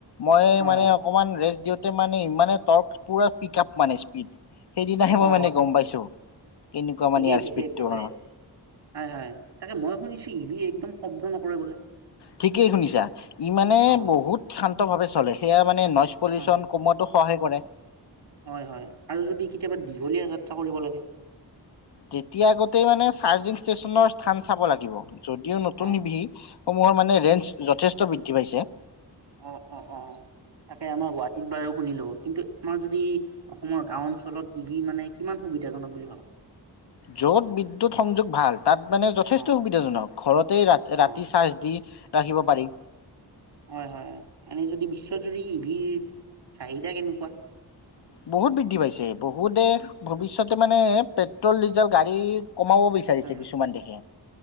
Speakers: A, on the left; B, on the right.
A: মই
B: অ
A: মানে অকমান ৰেষ্ট দিওঁ। মানে ইমানে টৰ্ক পুৰা পিক আপ মানে স্পীড সেইদিনাহে মই
B: অ'
A: মানে
B: তাকে
A: গম পাইছো কেনেকুৱা
B: ঠিকেই
A: মানে ইয়াৰ
B: ঠিকেই
A: স্পীডটো
B: ভালে
A: অ
B: হয় হয় তাকে মই শুনিছো ইবি একদম শব্দ নকৰে বোলে
A: ঠিকেই শুনিছা ই মানে
B: অ
A: বহুত শান্ত ভাৱে চলে। সেয়া মানে নজ পলিচন
B: হয় হয়
A: কমোৱা সহায় কৰে।
B: হয় হয় আৰু যদি কেতিয়াবা দীঘলীয়া যাত্ৰা কৰিব লাগে।
A: যেতিয়া আগতেই মানে চাৰ্জিং ষ্টেচনত থম চাব লাগিব যদিও নতুন
B: অ
A: ইভি হ মোৰ মানে ৰেঞ্চ যথেষ্ট বৃদ্ধি পাইছে।
B: অ' অ' অ' তাকে আমাৰ গুৱাহাটীত বাৰু শুনিলো কিন্তু আমাৰ যদি অসমৰ গাও অঞ্চলত ইবি মানে কিমান সুবিধাজনক বুলি ভাবা।
A: য'ত বিদ্যুৎ সংযোগ ভাল। তাত মানে যথেষ্ট
B: অ
A: সুবিধাজনক ঘৰতেই ৰা ৰাতি
B: অ
A: চাৰ্জ দি ৰাখিব পাৰি।
B: হয় হয় এনে যদি বিশ্বজুৰি ইভিৰ চাহিদা কেনেকুৱা?
A: বহুত বৃদ্ধি পাইছে বহু দেশ
B: হয়
A: ভৱিষ্যতে মানে পেট্ৰল ডিজেল গাড়ী। কমাব বিচাৰিছে
B: হয়
A: কিছুমান দেশে